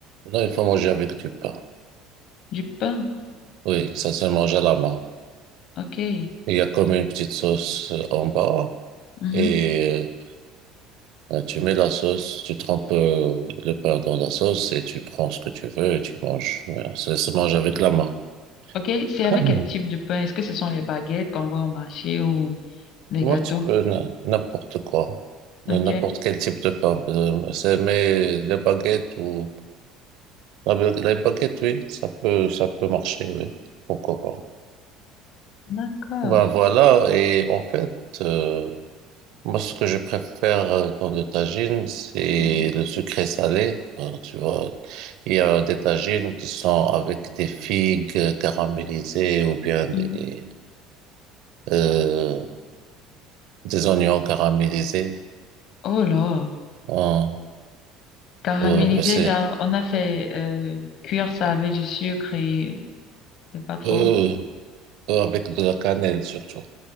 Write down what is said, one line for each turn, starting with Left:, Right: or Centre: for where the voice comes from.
Right: non, il faut manger avec du pain.
Left: du pain.
Right: Oui, ça se mange à la main.
Left: OK.
Right: Il y a comme une petite sauce euh, en bas
Left: Mhm.
Right: et euh, tu mets la sauce, tu trempes euh, le pain dans la sauce et tu prends ce que tu veux et tu manges. Ouais, Ça se mange avec la main.
Left: OK, c'est
Right: <clears throat>
Left: avec quel type de pain? Est-ce que ce sont les baguettes qu'on voit au marché ou Des
Right: Moi,
Left: gâteaux.
Right: tu peux n- n'importe quoi,
Left: Ok.
Right: Euh, n'importe quel type de pain. Euh, c'est- Mais les baguettes ou la ba- les baguettes, oui, ça peut, ça peut marcher, oui. Pourquoi pas?
Left: D'accord.
Right: Ben voilà. Et en fait. euh, Moi, ce que je préfère euh, dans le tagine, c'est
Left: Mm,
Right: le sucré salé. Euh, Tu vois, il y a des tagines qui sont avec des figues caramélisées ou bien des,
Left: mm.
Right: euh, des oignons caramélisés.
Left: Oh là.
Right: Hein.
Left: Caramélisé,
Right: Euh, c'est
Left: genre, on a fait euh, cuire ça avec du sucre et c'est pas trop.
Right: euh, euh, avec de la cannelle surtout.